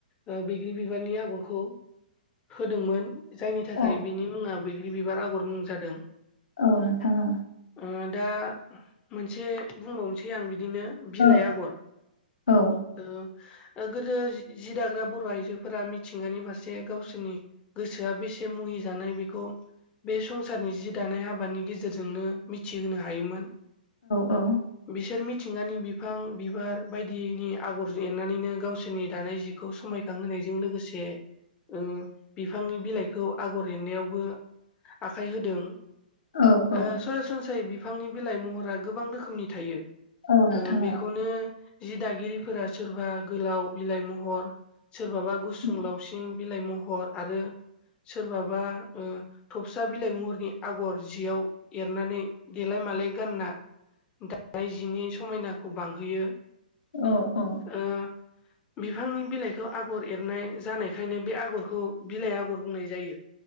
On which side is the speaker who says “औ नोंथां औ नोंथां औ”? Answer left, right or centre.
Left